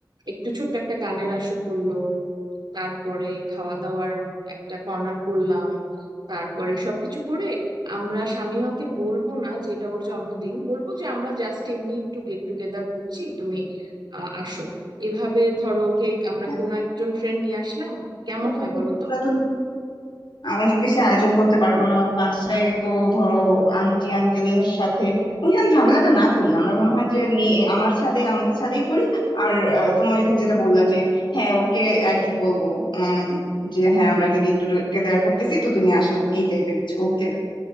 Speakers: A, on the right; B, on the left.
A: একটু ছোট্ট একটা গানের আসর করলো তারপরে খাওয়া দাওয়ার একটা কর্নার করলাম তারপরে সবকিছু করে আমরা শামিমাকে বলবো না যে এটা ওর জন্মদিন বলবো যে আমরা জাস্ট এমনি একটু গেট টুগেদার করছি তুমি আ, আসো এভাবে ধরো কেক আমরা
B: হ্যাঁ,
A: কোনো একজন ফ্রেন্ড নিয়ে আসলাম কেমন
B: বাংলাদেশের
A: হয় বলো তো
B: তো আ, অনেক বেশি আয়োজন করতে পারবো না ওর বাসায় তো ধরো আন্টি আঙ্কেলের সাথে ওইখানে ঝামেলাটা না করি আমরা মনে হয় যে নিয়ে আমার ছাদে আমাদের ছাদেই করি আর আহ, তোমার তুমি যেটা বললা যে হ্যাঁ ওকে আর কি বলবো উম যে হযাঁ আমরা একটা গেট টুগেদার করতেছি তো তুমি আসো এই টাইপের কিছু ওকে